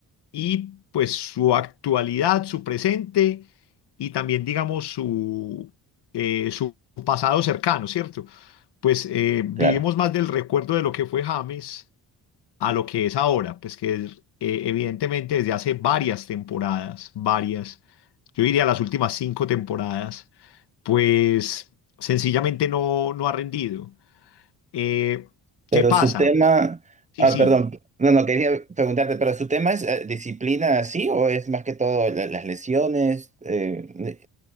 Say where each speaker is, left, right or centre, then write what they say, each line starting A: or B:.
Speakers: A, on the left; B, on the right.
A: y pues su actualidad, su presente y también, digamos, su, eh, su pasado cercano, ¿cierto? Pues eh, vivimos
B: Claro.
A: más del recuerdo de lo que fue James a lo que es ahora, pues que es, eh, evidentemente desde hace varias temporadas, varias, yo diría las últimas cinco temporadas pues sencillamente no, no ha rendido. Eh,
B: Pero
A: ¿qué pasa?
B: su tema,
A: Sí,
B: ah,
A: sí,
B: perdón, no, no quería preguntarte, pero su tema es eh, disciplina así o es más que todo la- las lesiones, eh,